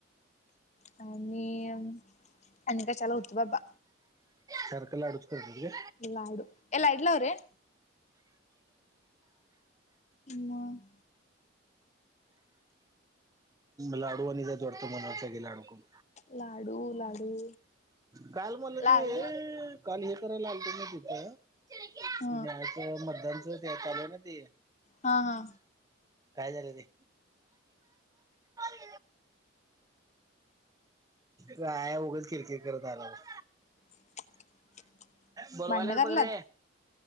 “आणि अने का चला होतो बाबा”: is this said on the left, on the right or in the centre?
Left